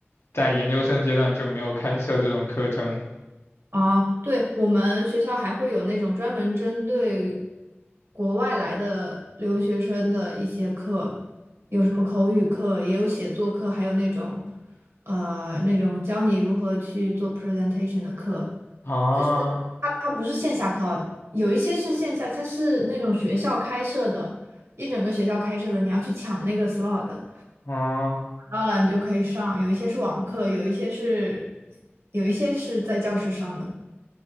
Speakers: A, on the left; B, on the right.
A: 在研究生阶段就没有开设这种课程。
B: 啊，对，我们学校还会有那种专门针对国外来的留学生的一些课，有什么口语课，也有写作课，还有那种呃那种教你如何去做 presentation 的课，
A: 啊，
B: 就是它它不是线下课啊有一些是线下，它是那种学校开设的，一整个学校开设的，你要去抢那个 slot 的。
A: 啊，
B: 到了你就可以上，有一些是网课，有一些是有一些是在教室上的。